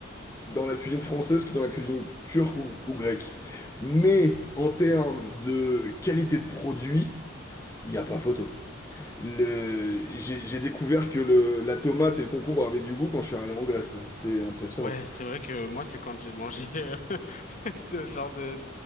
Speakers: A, on the left; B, on the left.
A: dans la cuisine française que dans la cuisine turque ou, ou grecque. Mais en termes de qualité de produit, il n'y a pas photo. Le... J'ai j'ai découvert que le... la tomate et le concombre avaient du goût quand je suis allé en Grèce, quoi. C'est impressionnant.
B: Ouais, c'est vrai que moi, c'est quand j'ai mangé euh, <laughs> de genre de